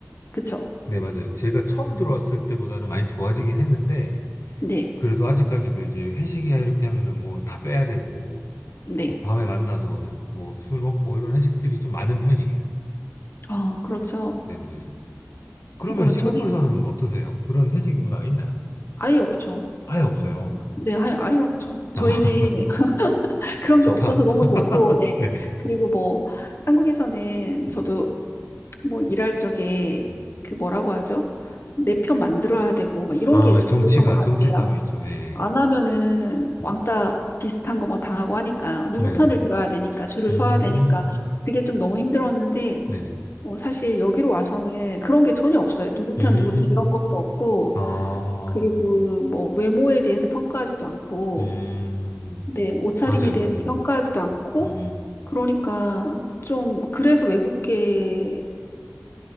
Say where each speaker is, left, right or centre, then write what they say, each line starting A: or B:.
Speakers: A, on the left; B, on the left.
A: 그쵸.
B: 네, 맞아요. 제가 처음 들어왔을 때보다는 많이 좋아지긴 했는데,
A: 네,
B: 그래도 아직까지도 이제 회식이야 이렇게 하면은 뭐 다 빼야 되고,
A: 네.
B: 뭐 밤에 만나서 뭐 술 먹고 이런 회식들이 좀 많은 편이에요.
A: 아, 그렇죠.
B: 네네네. 그러면
A: 그렇구나.
B: 싱가포르에서는
A: 저희
B: 어떠세요? 그런 회식 문화가 있나요?
A: 아예 없죠.
B: 아예 없어요.
A: 네, 아예, 아예 없죠. 저희는
B: 아,
A: <laughs> 그런
B: 좋다.
A: 게 없어서 너무 좋고,
B: <laughs>
A: 네.
B: 네.
A: 그리고 뭐 한국에서는 저도
B: 음,
A: 뭐 일할 적에
B: 음.
A: 그 뭐라고 하죠? 내 편 만들어야 되고, 막 이런
B: 아,
A: 게 좀
B: 정치가,
A: 있었던 것 같아요.
B: 정치 싸움이 있죠. 예.
A: 안 하면은
B: 예.
A: 왕따
B: 음.
A: 비슷한 거 뭐 당하고 하니까 누구
B: 네.
A: 편을 들어야 되니까 줄을
B: 음,
A: 서야 되니까 그게 좀 너무 힘들었는데
B: 네네.
A: 어, 사실 여기로 와서는 그런 게 전혀 없어요. 누구 편
B: 음.
A: 누구 편 이런 것도 없고
B: 아,
A: 그리고 뭐 외모에 대해서 평가하지도 않고
B: 음,
A: 네, 뭐 옷차림에
B: 맞아요,
A: 대해서
B: 맞아요.
A: 평가하지도 않고
B: 음,
A: 그러니까 좀 그래서 외국계가